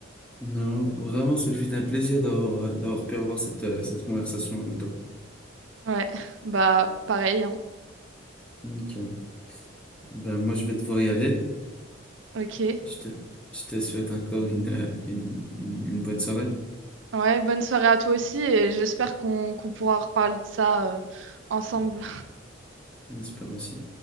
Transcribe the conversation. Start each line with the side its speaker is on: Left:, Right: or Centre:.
Centre: Non, vraiment, ce fut un plaisir d'avoir d'avoir pu avoir cette, euh, cette conversation avec toi.
Right: Ouais, bah pareil, hein.
Centre: Nickel. Ben, moi, je vais devoir y aller.
Right: Ok.
Centre: Je te, je te souhaite encore une, euh, une, une une bonne soirée.
Right: Ouais, bonne soirée à toi aussi et j'espère qu'on qu'on pourra reparler de ça euh, ensemble.
Centre: J'espère aussi.